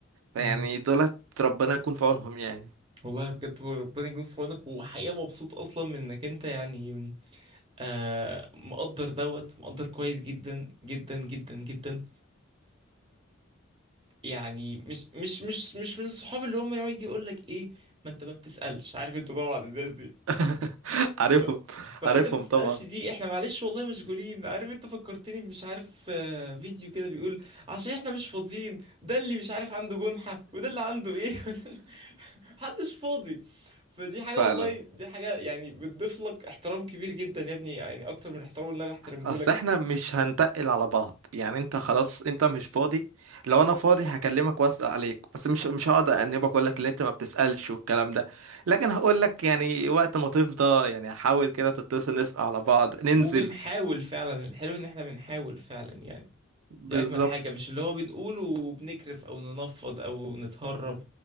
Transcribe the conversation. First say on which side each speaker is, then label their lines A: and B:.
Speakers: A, on the right; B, on the right.
A: مهم.
B: يعني دولت ربنا يكون في عونهم يعني
A: والله بجد ربنا يكون في عونك وحقيقة مبسوط أصلا من إنك أنت يعني آه مقدر دوت مقدر كويس جدا جدا جدا جدا يعني مش مش مش مش من الصحاب اللي هم يقعد يجي يقول لك ايه ما انت ما بتسألش عارف انت طبعا الناس دي
B: <laughs> عارفهم
A: ف... فانت
B: عارفهم
A: ما بتسألش
B: طبعا
A: دي احنا معلش والله مشغولين عارف انت فكرتني مش عارف آه، فيديو كده بيقول عشان احنا مش فاضيين ده اللي مش عارف عنده جنحة وده اللي عنده ايه <laughs> وده اللي- محدش فاضي فدي حاجة
B: فعلا
A: والله دي حاجة يعني بتضيف لك احترام كبير جدا يا ابني يعني اكتر من الاحترام اللي انا بحترمه
B: اصل
A: لك
B: احنا مش هنتقل على بعض يعني انت
A: مهم.
B: خلاص انت مش فاضي لو انا فاضي هكلمك واسأل عليك بس مش مش هقعد انبك اقول لك اللي انت ما بتسألش والكلام ده لكن هقول لك يعني وقت ما تفضى يعني حاول كده تتصل نسأل على بعض ننزل
A: وبنحاول فعلا الحلو ان احنا بنحاول فعلا يعني
B: بالظبط
A: دي اجمل حاجة مش اللي هو بنقوله وبنكرف او ننفض او نتهرب